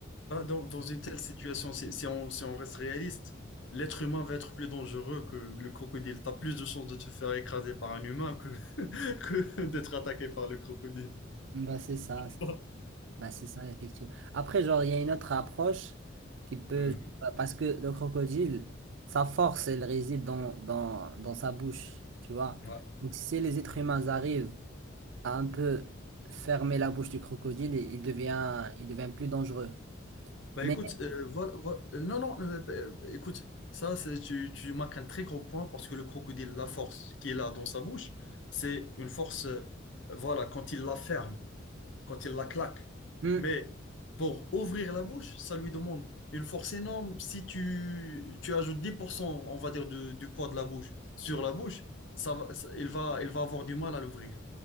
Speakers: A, on the left (about 70°); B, on the right (about 65°).
A: Bah, dans, dans une telle situation, si, si on, si on reste réaliste, l'être humain va être plus dangereux que le crocodile. T'as plus de chances de te faire écraser par un humain que, <laughs> que d'être attaqué par le crocodile.
B: Bah, c'est ça.
A: <laughs>
B: Bah, c'est ça, effectivement. Après, genre, il y a une autre approche qui peut...
A: Mhm.
B: Parce que le crocodile, sa force, elle réside dans, dans, dans sa bouche, tu vois.
A: Ouais.
B: Donc, si les êtres humains arrivent à un peu fermer la bouche du crocodile, il il devient, il devient plus dangereux.
A: Bah
B: Mais,
A: écoute, euh, voilà, voilà- euh, non, non, euh, euh, écoute, ça, c'est, tu, tu marques un très gros point parce que le crocodile, la force qu'il a dans sa bouche, c'est une force, euh, voilà, quand il la ferme. quand il la claque.
B: hmm,
A: Mais pour ouvrir la bouche, ça lui demande une force énorme. Si tu, tu ajoutes 10%, on va dire, de- du poids de la bouche sur la bouche, ça va, ça- il va, il va avoir du mal à l'ouvrir.